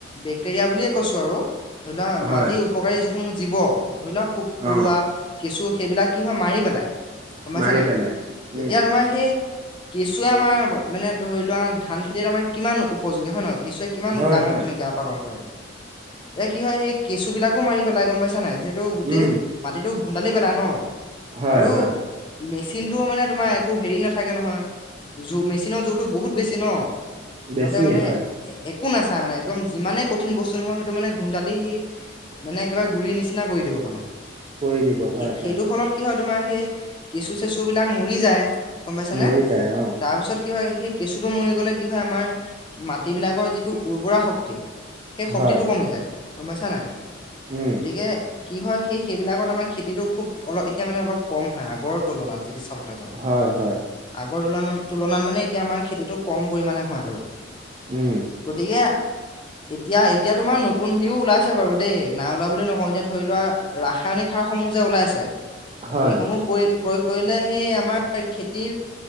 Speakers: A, on the left; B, on the right.
A: বেক্টেৰিয়া বুলিয়ে কৈছো আৰু ধৰি লোৱা
B: হয়,
A: মাটিৰ উপকাৰী যিসমূহ জীৱ ধৰি লোৱা পোক পৰুৱা
B: অ',
A: কেঁচু সেইবিলাক কি হয় মাৰি পেলাই। উমাইছো
B: মাৰি
A: নাই
B: পেলাই, উম,
A: এতিয়া তোমাৰ সেই কেঁচুৱে আমাৰ মানে ধৰি লোৱা ধান খেতিত আমাৰ কিমান উপযোগী হয় নহয়। কেঁচুৱে কিমান
B: হয়,
A: ডাঙৰ
B: হয়,
A: ভূমিকা পালন কৰে, এয়া কি হয় স কেঁচু বিলাকো মাৰি পেলাই গম পাইছা নাই। যিহেতু গোটেই
B: উম,
A: মাটিটো গুন্দালি পেলাই ন
B: হয়,
A: আৰু
B: হয়,
A: মেচ চিন টো মানে তোমাৰ একো হেৰি নাথাকে নহয় জু মেচিনৰ জোৰতো বহুত বেছি ন সিহঁতে
B: বেছি
A: মানে
B: হয়,
A: একো নাচায় মানে একদম যিমানে কঠিন বস্তু নহয়। সেইটো মানে গোন্দালি সি মানে কিবা গুৰি নিচিনা কৰি দিব মানে
B: কৰি দিব
A: সেই
B: হয়-হয়।
A: সেইটো ফলত কি হয় তোমাৰ সেই কেঁচু চেচু বিলাক মৰি যায়। গম পাইছানে
B: মৰি যায় অ',
A: তাৰপিছত কি হয়, সেই কেঁচুটো মৰি গ'লে কি হয়। আমাৰ মাটিবলাকৰ যিটো উৰ্বৰা শক্তি সেই শক্তিটো
B: হয়,
A: কমি যায় <unintelligible> নাই।
B: উম,
A: গতিকে, কি হয় সেই সেইবিলাকত আমাৰ খেতিটো খুব অলপ এতিয়া মানে অলপ কম হয়। আগৰ তুলনাত যদি চাবলৈ যাওঁ।
B: হয়, হয়,
A: আগৰ তুলন-তুলনাত মানে এতিয়া আমাৰ খেতিটো কম পৰিমণে হয় আৰু
B: উম।
A: গতিকে, এতিয়া এতিয়া তোমাৰ নতুন হেৰিও ওলাইছে বাৰু দেই নাই। ওলাব বুলি নকওঁ এতিয়া ধৰি লোৱা ৰাসায়নিক শিক্ষাস সমূহ যে ওলাইছে। সেইসমূহ
B: হয়
A: পৰি ক্ৰয় কৰিলে সেই আমাৰ খেতি